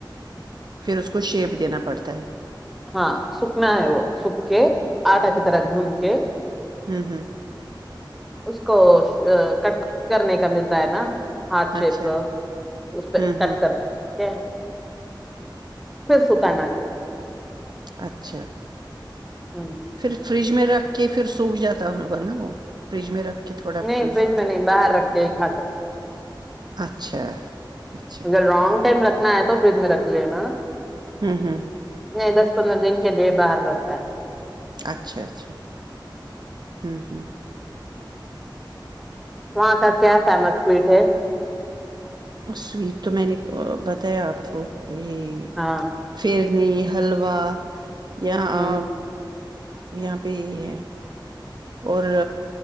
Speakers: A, on the right; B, in the centre.
A: پھر اس کو شیپ دینا پڑتا ہے
B: ہاں سکنا ہے وہ سکھ کے آٹا کی طرح گھوم کے
A: ہوں ہاں
B: اس کو کٹ کرنے کا ملتا ہے نا ہاتھ شیپ
A: اچھا
B: اس پہ
A: ہوں ہوں
B: کٹ کر ل پھر س کناا <inaudible>
A: اچھا <inaudible>
B: ہوں <inaudible>
A: پھر فریج میں رکھ کے پھر سوکھ جاتا ہوگا نا وہ فریج میں رکھ کے تھوڑا
B: نہیں
A: فریز
B: فریج
A: ہوتا
B: میں نہیں باہر رکھتے ہی کھا سکتے
A: اچھا اچھا
B: اگر رانگ ٹائم رکھنا ہے تو فریج میں رکھ لینا
A: ہوں ہوں
B: نہیں دس پندر دن کے دے باہر رہتا ہے
A: اچھا اچھا ہوں ہوں
B: وہاں کا کیا فیمس سویٹ ہے
A: سویٹ تو میں نے بتایا آپ کو یہی
B: ہاں
A: فھر چٹنی حلوا یہاں
B: ہ
A: آ یہاں پہ یہ ہے اور